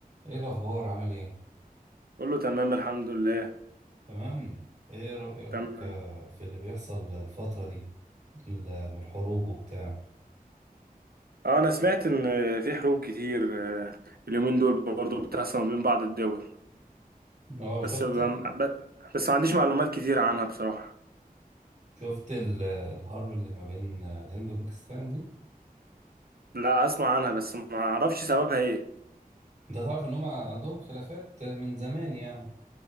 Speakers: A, on the right; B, on the right.
A: ايه الاخبار عامل ايه
B: كله تمام الحمد لله
A: تمام ايه رايك
B: تمام
A: آه، في اللي بيحصل الفتره دي ال- من الحروب وبتاع
B: اه انا سمعت ان في حروب كتير آه، اليومين دول برضو بتحصل ما بين بعض الدول
A: اه
B: بس
A: شفت
B: ب- ب- بس ما عنديش معلومات كتير عنها بصراحة
A: شفت ال- الحرب اللي ما بين الهند وباكستان دي
B: لا اسمع عنها بس ما اعرفش سببها ايه
A: انت تعرف ان هم عندهم خلافات من زمان يعني